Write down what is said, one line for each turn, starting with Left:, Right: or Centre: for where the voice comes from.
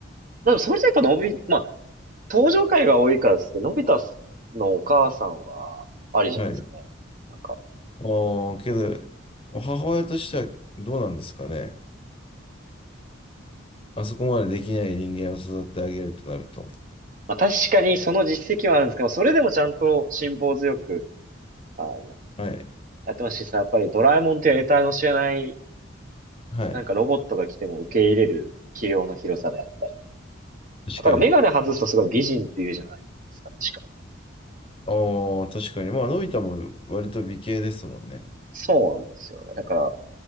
Right: でもそれでやっぱのび、まあ、登場回が多いからですけど、のび太のお母さんはありじゃないですかね。
Left: い。
Right: なんか、
Left: ああ、けど、母親としてはどうなんですかね。あそこまでできない人間を育ててあげるとなると。
Right: まあ、確かにその実績はあるんですけど、それでもちゃんと辛抱強く、あの、
Left: はい。
Right: やってましたしさ、やっぱりドラえもんっていう得体の知れない、
Left: はい。
Right: なんかロボットが来ても受け入れる器用の広さであったり。
Left: 確かに。
Right: あとはメガネ外すとすごい美人って言うじゃないですか、確か。
Left: ああ、確かに。まあ、のび太も割と美形ですもんね。
Right: そうなんですよね。だから、